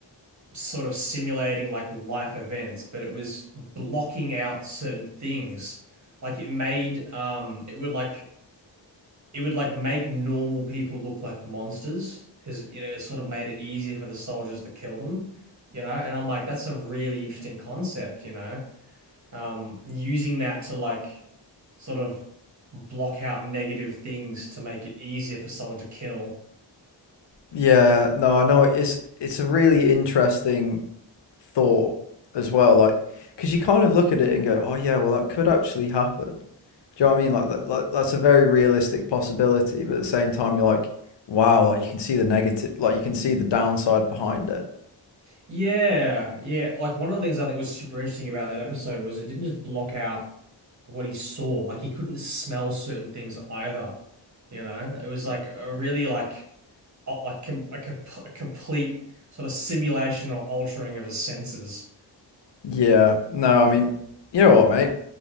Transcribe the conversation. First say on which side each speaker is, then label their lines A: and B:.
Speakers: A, on the right; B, on the left.
A: sort of simulating like life events, but it was blocking out certain things. Like it made um it would like it would like make normal people look like monsters because you know it sort of made it easier for the soldiers to kill them, you know. And I'm like, that's a really interesting concept, you know. Um, using that to like sort of block out negative things to make it easier for someone to kill.
B: Yeah, no, I know it's it's a really interesting thought as well, like because you kind of look at it and go, oh yeah, well that could actually happen. Do you know what I mean? Like, tha- like that's a very realistic possibility, but at the same time, you're like, wow, like you can see the negative, like you can see the downside behind it.
A: Yeah, yeah. Like one of the things I think was super interesting about that episode was it didn't just block out what he saw. Like he couldn't smell certain things either. You know, it was like a really like uh, like com a, com a complete sort of simulation or altering of his senses.
B: Yeah, no, I mean, you know what, mate?